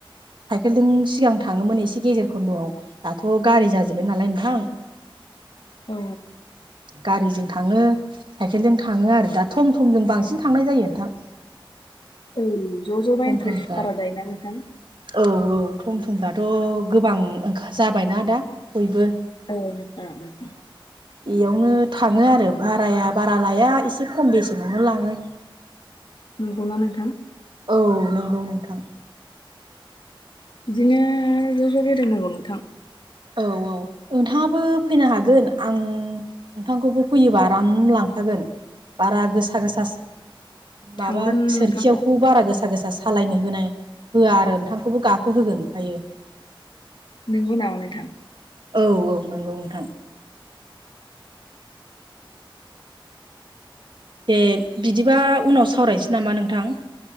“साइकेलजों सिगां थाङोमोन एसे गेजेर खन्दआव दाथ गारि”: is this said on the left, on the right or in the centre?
Right